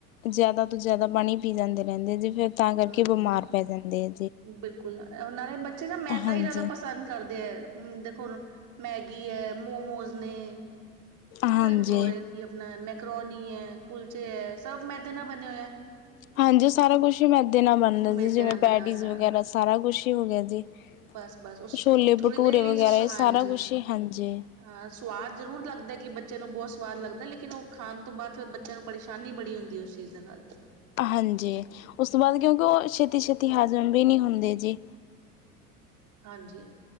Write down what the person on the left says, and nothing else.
ਜ਼ਿਆਦਾ ਤੋਂ ਜ਼ਿਆਦਾ ਪਾਣੀ ਪੀਂਦੇ ਰਹਿੰਦੇ ਹਨ ਜੀ। ਤਾਂ ਕਰਕੇ
ਬਿਮਾਰ ਪੈ
ਜਾਂਦੇ ਆ
ਹਾਂਜੀ
ਹਾਂਜੀ
ਹਾਂ ਜੀ, ਬਹੁਤ ਸਾਰੀਆਂ ਚੀਜ਼ਾਂ ਮੈਦੇ ਨਾਲ ਹੀ ਬਣਦੀਆਂ ਹਨ
ਜੀ, ਜਿਵੇਂ
ਪੈਟੀਜ਼
ਵਗੈਰਾ। ਅੱਜਕੱਲ੍ਹ ਤਾਂ ਬਹੁਤ ਕੁਝ ਮੈਦੇ ਨਾਲ ਬਣਦਾ ਹੈ ਜੀ।
ਛੋਲੇ-ਭਟੂਰੇ
ਵਗੈਰਾ, ਇਹ
ਸਾਰੀਆਂ ਚੀਜ਼ਾਂ ਵੀ ਮੈਦੇ ਨਾਲ ਬਣਦੀਆਂ ਹਨ ਜੀ।
ਹਾਂ ਜੀ, ਉਸ ਤੋਂ ਬਾਅਦ ਕਿਉਂਕਿ ਇਹ ਚੀਜ਼ਾਂ ਛੇਤੀ-ਛੇਤੀ ਹਜ਼ਮ ਵੀ ਨਹੀਂ ਹੁੰਦੀਆਂ ਜੀ।